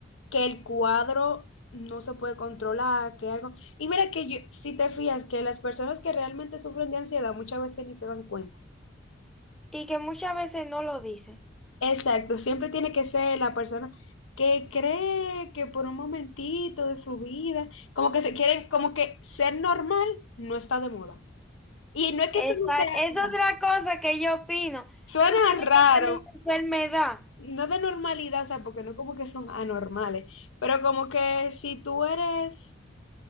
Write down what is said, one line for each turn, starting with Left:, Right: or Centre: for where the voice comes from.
Left: que el cuadro no se puede controlar, que algo. Y mira que yo, si te fías que las personas que realmente sufren de ansiedad muchas veces ni se dan cuenta.
Centre: y que muchas veces no lo dice.
Left: Exacto, siempre tiene que ser la persona que cree que por un momentito de su vida, como que se quieren, como que ser normal no está de moda. Y no es que
Centre: Esa
Left: eso no sea,
Centre: es
Left: o sea,
Centre: otra cosa que yo opino.
Left: suena
Centre: Tú tienes
Left: raro,
Centre: que tener esta enfermedad.
Left: no de normalidad, o sea, porque no como que son anormales, pero como que si tú eres